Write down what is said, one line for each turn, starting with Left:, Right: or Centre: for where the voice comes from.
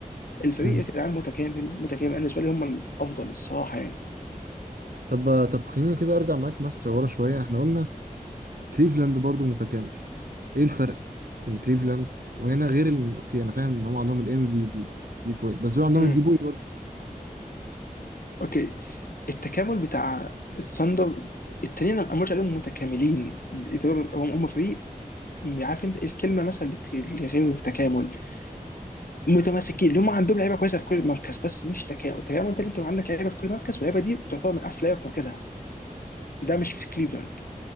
Left: الفريق
Right: مم.
Left: يا جدعان متكامل متكامل انا بالنسبه لي هم الافضل الصراحه يعني
Right: طب طب خلينا كده ارجع معاك بس ورا شويه احنا قلنا كليفلاند برضو متكامل ايه الفرق بين كليفلاند وهنا غير ال... اوكي انا فاهم ان هم عندهم الام في بي دي بوينت بس دول عندهم
Left: امم
Right: الدي بوي برضو
Left: اوكي التكامل بتاع الثندر التانيين انا ما قلتش عليهم متكاملين هم هم فريق عارف انت الكلمه مثلا اللي غير التكامل متماسكين اللي هم عندهم لعيبه كويسه في كل مركز بس مش تكامل التكامل ده اللي انت عندك لعيبه في كل مركز واللعيبه دي تعتبر من احسن لعيبه في مركزها ده مش في كليفلاند